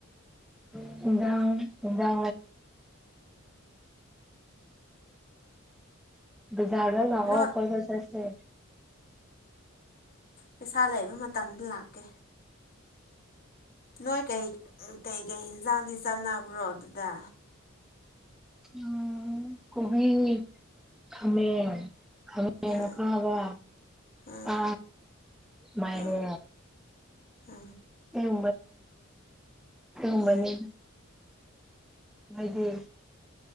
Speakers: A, in the centre; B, on the left.
A: ꯏ ꯏꯉ ꯖꯥꯗ ꯂꯋꯥ
B: ꯅꯣꯏ
A: ꯑꯣ ꯀꯣꯏꯗ ꯆꯁ
B: ꯄꯩꯁꯥ ꯂꯩꯕ ꯃꯇꯝꯗ ꯂꯥꯛꯀꯦ ꯅꯣꯏ ꯀꯩ ꯀꯩꯀꯩ ꯏꯟꯖꯥꯡꯗꯤ ꯆꯥꯟꯅꯕ꯭ꯔꯣ ꯑꯗꯨꯗ
A: ꯎꯝ ꯀꯣꯏ ꯍꯃꯦ ꯈꯅꯈꯕ
B: ꯎꯝ ꯎꯝ
A: ꯑ ꯃꯥꯏꯅꯦ
B: ꯑꯥ ꯑꯥ
A: ꯍꯪ ꯎꯝꯕꯅꯤ
B: ꯑꯥ
A: ꯒꯤꯗꯤ